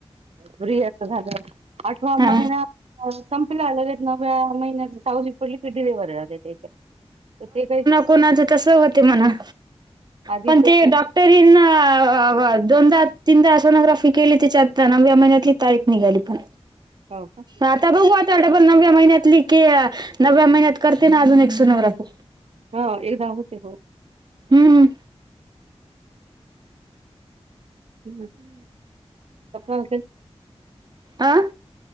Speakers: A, on the right (about 65°); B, on the right (about 40°).
A: बियाच झालं आठवा
B: हा
A: महिना. संपल्या नव्या महिन्यात सावली पडली क डलेिवररलाग! ते आहे तर ते काही.
B: त हो म
A: आधीच
B: पण
A: हो
B: डॉटरी. अ हो दोनदा तीनदा सोनोग्राफी केली त्याच्या आत्ता नव्या महिन्यातली तारीख निघाली पण!
A: का
B: आता बघू आता डबल नवव्या महिन्यातली क नव्या महिन्यात करत. अजून एकशे नवरा फु
A: हो एकदा होते हो!
B: हम्म
A: ह स्प्न
B: अं